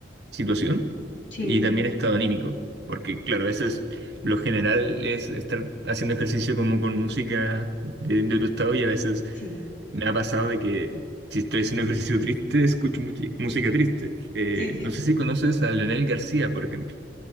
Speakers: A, on the right (about 65°); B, on the left (about 85°).
A: situación
B: Sí,
A: y también estado anímico. Porque, claro, a veces lo general es estar haciendo ejercicio como con música de, de tu estado y a veces
B: sí,
A: me ha pasado de que si estoy haciendo <laughs> ejercicio triste, escucho muchi- música triste. Eh,
B: sí, sí.
A: no sé si conoces a Leonel García, por ejemplo.